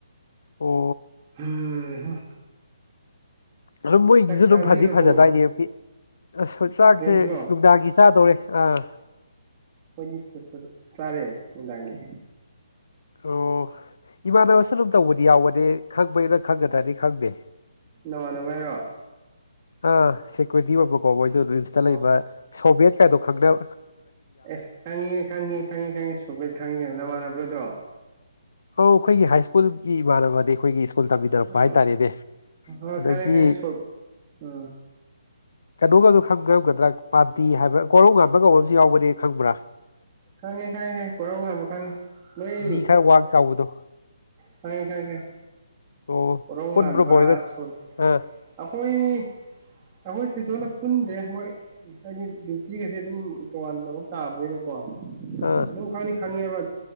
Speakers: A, on the left; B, on the right.
A: ꯑꯣ
B: ꯎꯝ
A: ꯑꯗꯨꯝ ꯃꯣꯏꯒꯤꯁꯨ
B: ꯆꯥꯛ
A: ꯑꯗꯨꯝ
B: ꯆꯥꯕꯤꯔꯕꯣ
A: ꯐꯗꯤ ꯐꯖꯗꯥꯏꯅꯦ ꯑꯁ ꯆꯥꯛꯁꯦ
B: ꯔꯤꯝꯁꯂꯣ
A: ꯅꯨꯡꯗꯥꯡꯒꯤ ꯆꯥꯗꯧꯔꯦ ꯑꯥ
B: ꯑꯩꯈꯣꯏꯗꯤ ꯆꯥꯔꯦ ꯅꯨꯡꯗꯥꯡꯒꯤ
A: ꯑꯣ ꯏꯃꯥꯟꯅꯕꯁꯨ ꯑꯗꯨꯝ ꯇꯧꯕꯗꯤ ꯌꯥꯎꯕꯅꯤ ꯈꯪꯕꯩꯅ ꯈꯪꯒꯗ꯭ꯔꯗꯤ ꯈꯪꯗꯦ
B: ꯅꯃꯥꯟꯅꯕ ꯍꯥꯏꯔꯣ
A: ꯑ ꯁꯦꯀꯨꯔꯤꯇꯤ ꯑꯣꯏꯕ ꯀꯣ ꯃꯣꯏ ꯖꯣꯟ ꯔꯤꯝꯁꯇ
B: ꯑꯣ
A: ꯂꯩꯕ ꯁꯣꯚꯦꯠ ꯀꯥꯏꯗꯣ ꯈꯪꯅ
B: ꯑꯦꯁ ꯈꯪꯉꯤꯍꯦ ꯈꯪꯉꯤꯍꯦ ꯈꯪꯉꯤ ꯈꯪꯉꯦ ꯁꯨꯄꯦꯠ ꯈꯪꯉꯤ ꯀꯩꯅꯣ ꯅꯃꯥꯟꯅꯕ꯭ꯔ ꯑꯗꯣ
A: ꯑꯧ ꯑꯩꯈꯣꯏꯒꯤ ꯍꯥꯏ ꯁ꯭ꯀꯨꯜꯒꯤ ꯏꯃꯥꯟꯅꯕꯅꯤ ꯑꯩꯈꯣꯏꯒꯤ ꯁ꯭ꯀꯨꯜ ꯇꯝꯃꯤꯟꯅꯔꯛꯄ
B: ꯑ
A: ꯍꯥꯏꯇꯥꯔꯦꯅꯦ
B: ꯑ
A: ꯑꯗꯒꯤ
B: ꯈꯪꯉꯦ ꯈꯪꯉꯦ ꯁꯨ ꯑ
A: ꯀꯩꯅꯣꯒꯗꯨ ꯈꯪꯔꯝꯒꯗ꯭ꯔꯥ ꯄꯥꯟꯇꯤ ꯍꯥꯏꯕ꯭ꯔꯥ ꯀꯣꯔꯧ ꯉꯥꯟꯕꯒꯝꯨ ꯌꯥꯎꯕꯅꯦ ꯈꯪꯕ꯭ꯔꯥ
B: ꯈꯪꯉꯦ ꯈꯪꯉꯦ ꯀꯣꯔꯧ ꯉꯥꯟꯕ ꯈꯪꯉꯦ ꯅꯣꯏ
A: ꯃꯤ ꯈꯔ ꯋꯥꯡ ꯆꯥꯎꯕꯗꯣ
B: ꯈꯪꯉꯦ ꯈꯪꯉꯦ ꯈꯪꯉꯦ
A: ꯑꯣ
B: ꯀꯣꯔꯧꯉꯥꯟꯕ
A: ꯄꯨꯟꯕ꯭ꯔꯣ ꯕꯣꯏꯒ
B: ꯁꯣ
A: ꯑꯥ
B: ꯑꯩꯈꯣꯏ ꯑꯩꯈꯣꯏ ꯊꯣꯏꯗꯣꯛꯅ ꯄꯨꯟꯗ꯭ꯔꯦ ꯃꯣꯏ ꯍꯥꯏꯗꯤ ꯗ꯭ꯌꯨꯇꯤꯒꯁꯦ ꯑꯗꯨꯝ ꯇꯣꯉꯥꯟ ꯇꯥꯕꯅꯤꯅꯀꯣ
A: ꯑꯥ
B: ꯑꯗꯨꯗꯀꯅꯤ ꯈꯪꯉꯦꯕ